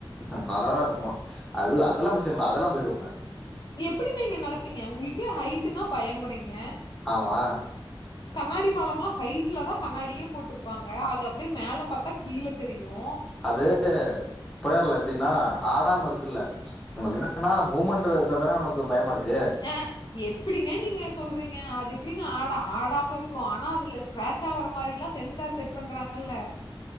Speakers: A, in the centre; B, on the left.
A: அ நல்லாதா இருக்கோ அது அதெல்லா பிரச்சன இல்ல அதெல்லா போயிருவங்க
B: எப்டி நீங்க நடப்பீங்க உங்குளுக்கே ஹைட்டுனா பயங்கீறீங்க
A: ஆமா
B: கண்ணாடி பாலம்ல்லா ஹைட்ல தா கண்ணாடியே போட்டிருப்பாங்க அது அப்டியே மேல பாத்தா கீழ தெரியு
A: அது போயர்ல எப்டின்னா ஆடாம இருக்குல்ல உனக்கு என்னன்னா மூவ்மெண்ட் இருந்தா தானே நமக்கு பயமா இருக்கு
B: ஆ எப்டிங்க நீங்க சொல்றீங்க அது எப்டிங்க ஆட ஆடாம இருக்கு ஆனா அதுல ஸ்கேர் சாவற மாரிலா சென்சார் செட் பண்றாங்கல்ல